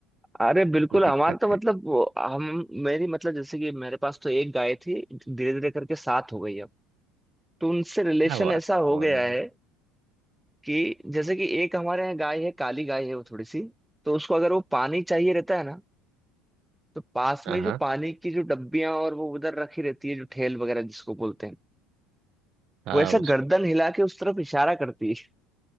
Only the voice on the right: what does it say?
कोई दिक्कत
है
क्या बात
है बहुत
बढ़िया
हाँ
हाँ
हाँ
उसको